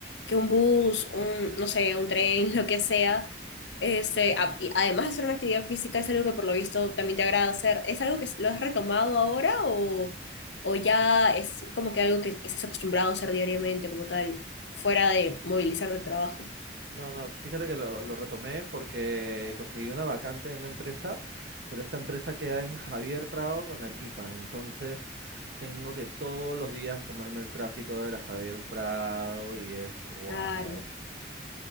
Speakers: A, on the left; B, on the right.
A: que un bus, un, no sé, un tren, <laughs> lo que sea. Este, a- y además de hacer una actividad física, es algo que por lo visto también te agrada hacer. ¿Es algo que s- lo has retomado ahora o, o ya es como que algo que estás acostumbrado a hacer diariamente como tal, fuera de movilizarte al trabajo?
B: No, no, fíjate que lo, lo retomé porque conseguí una vacante en una empresa, pero esta empresa queda en Javier Prado con la Arequipa, entonces tengo que todos los días comerme el tráfico de la Javier Prado y es wow.
A: Claro,
B: O